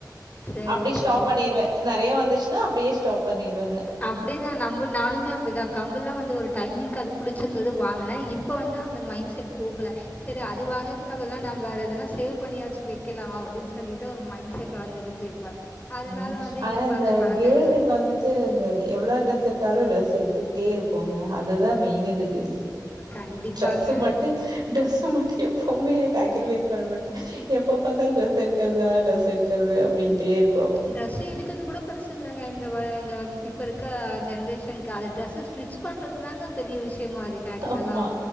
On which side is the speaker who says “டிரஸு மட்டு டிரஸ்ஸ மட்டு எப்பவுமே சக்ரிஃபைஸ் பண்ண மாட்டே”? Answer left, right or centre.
Right